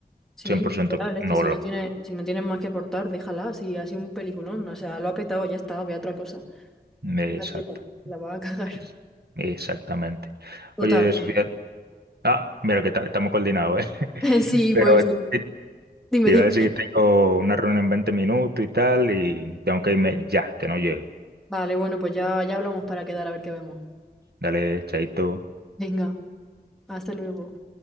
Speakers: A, in the centre; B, on the right (about 75°).
A: sí,
B: Cien por ciento
A: literal, es
B: no
A: que si
B: valor.
A: no tiene si no tienes más que aportar, déjala, si ha sido un peliculón, o sea, lo ha petado, ya está, ve a otra cosa.
B: Exacto.
A: La chepa, la va a cagar.
B: Es- Exactamente.
A: Total,
B: Oye,
A: que...
B: Sofía, ah, mira que ta- estamos coordinados, ¿eh?
A: <laughs> Sí,
B: <laughs> Pero
A: pues
B: te,
A: dime,
B: te
A: dime.
B: iba a decir que tengo una reunión en 20 minutos y tal, y tengo que irme ya, que no llego.
A: Vale, bueno, pues ya, ya hablamos para quedar a ver qué vemos.
B: Dale, chaito.
A: Venga, hasta luego.